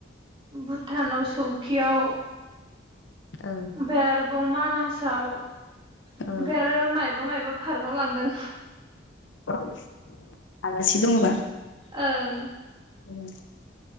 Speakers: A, on the right (about 25°); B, on the left (about 75°).
A: भुटानाव सौखियाव
B: औ
A: ओमफाय आरोबाव मानासाव ओमफाय
B: औ
A: आरो मायबा मायबा फार्कआव लांदों।
B: ओस आलासि दङबा?
A: ओं
B: ओ